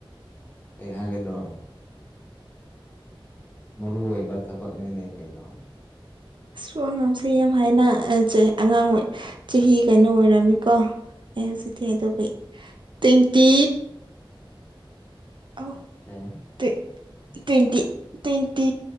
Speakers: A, on the left; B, on the right.
A: ꯀꯩꯍꯥꯏꯒꯗ꯭ꯔꫭ ꯃꯔꯨ ꯑꯣꯏꯕ ꯊꯕꯛꯅꯤꯅꯦ ꯀꯩꯅꯣ
B: ꯑꯁꯨ ꯑꯉꯥꯡꯁꯦ ꯌꯥꯝ ꯍꯥꯏꯅ ꯑꯉꯥꯡ ꯑꯣꯏ ꯆꯍꯤ ꯀꯩꯅꯣ ꯑꯣꯏꯔꯝꯅꯤꯀꯣ ꯑꯩ ꯍꯧꯖꯤꯛꯀꯤ ꯍꯥꯏꯗꫭ ꯀꯩ ꯇ꯭ꯋꯦꯟꯇꯤ ꯑꯧ
A: ꯑꯣ ꯀꯦ
B: ꯇꯋ ꯇ꯭ꯋꯦꯟꯇꯤ ꯇ꯭ꯋꯦꯟꯇꯤ